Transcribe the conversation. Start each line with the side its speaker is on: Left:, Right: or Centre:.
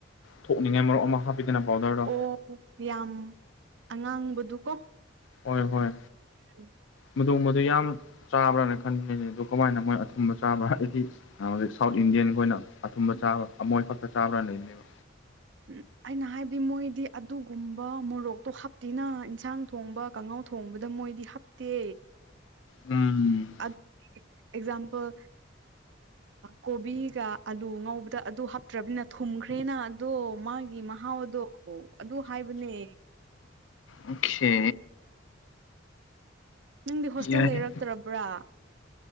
Left: ꯊꯣꯛꯅꯤꯡꯉꯥꯏ ꯃꯔꯣꯛ ꯑꯃ ꯍꯥꯞ ꯄꯕꯤꯅ ꯄꯥꯎꯗꯔꯗꯣ
Right: ꯑꯣ ꯌꯥꯝ ꯑꯉꯥꯡꯕꯗꯨ ꯀꯣ
Left: ꯍꯣꯏ ꯍꯣꯏ
Right: ꯎꯝ
Left: ꯃꯗꯣꯡꯕꯗꯨ ꯌꯥꯝ ꯆꯥꯕ꯭ꯔꯅ ꯈꯟꯗꯅꯦ ꯑꯗꯨ ꯀꯃꯥꯏꯅ ꯃꯣꯏ ꯑꯊꯨꯝꯕ ꯆꯥꯕ꯭ꯔꯥ ꯍꯥꯏꯗꯤ ꯍꯧꯖꯤꯛ ꯁꯥꯎꯠ ꯏꯟꯗꯤꯌꯥꯟꯒꯤꯣꯏ ꯑꯣꯏꯅ ꯑꯊꯨꯝꯕ ꯆꯥꯕ ꯑꯃꯣꯏ ꯐꯛꯇ ꯆꯥꯕ꯭ꯔꯥ ꯂꯩꯕꯅꯦꯕ
Right: ꯎꯝ ꯑꯩꯅ ꯍꯥꯏꯕꯗꯤ ꯃꯣꯏꯗꯤ ꯑꯗꯨꯒꯨꯝꯕ ꯃꯣꯔꯣꯛꯇꯣ ꯍꯥꯞꯇꯤꯅ ꯏꯟꯁꯥꯡ ꯊꯣꯡꯕ ꯀꯥꯡꯉꯧ ꯊꯣꯡꯕꯗ ꯃꯣꯏꯗꯤ ꯍꯥꯞꯇꯦ
Left: ꯎꯝ
Right: ꯑꯦꯛꯖꯥꯝꯄꯜ ꯀꯣꯕꯤꯒ ꯑꯂꯨ ꯉꯧꯕꯗ ꯑꯗꯨ ꯍꯥꯞꯇ꯭ꯔꯕꯅꯤꯅ ꯊꯨꯝꯈ꯭ꯔꯦꯅ ꯑꯗꯣ ꯃꯥꯒꯤ ꯃꯍꯥꯎ ꯑꯗꯣ ꯑꯗꯨ ꯍꯥꯏꯕꯅꯦ
Left: ꯑꯣꯈꯦ
Right: ꯅꯪꯗꯤ ꯍꯣꯁꯇꯦꯜ
Left: ꯌꯥꯏ
Right: ꯂꯩꯔꯛꯇ꯭ꯔꯕ꯭ꯔꯥ